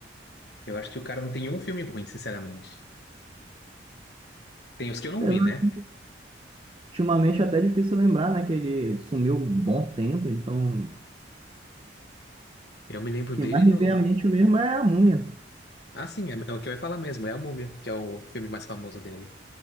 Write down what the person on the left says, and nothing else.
Eu acho que o cara não tem um filme ruim, sinceramente. Tem os que eu não
vi, né?
Eu me lembro
dele
no.
Ah, sim, é, é o que eu ia falar mesmo, é a Múmia, que é o filme mais famoso dele.